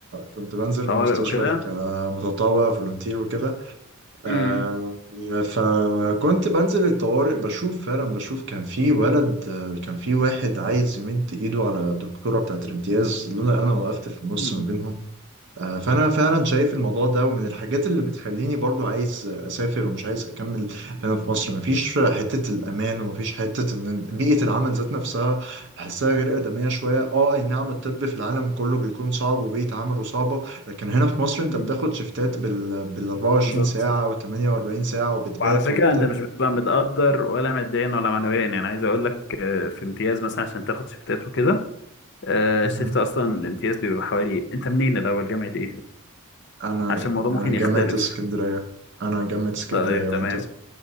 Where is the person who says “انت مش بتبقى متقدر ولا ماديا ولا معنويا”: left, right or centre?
Left